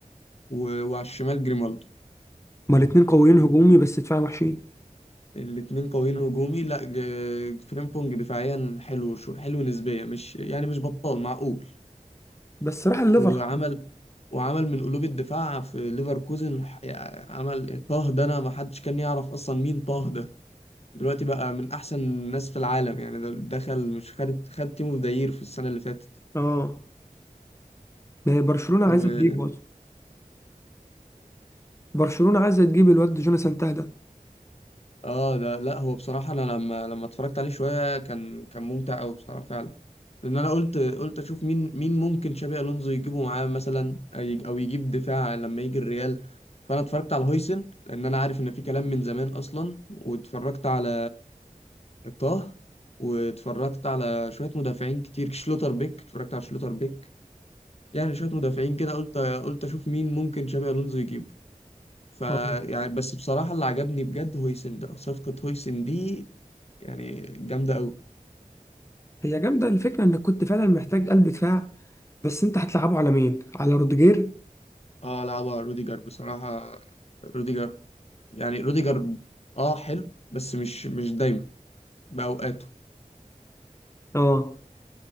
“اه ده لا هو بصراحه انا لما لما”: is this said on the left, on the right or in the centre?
Left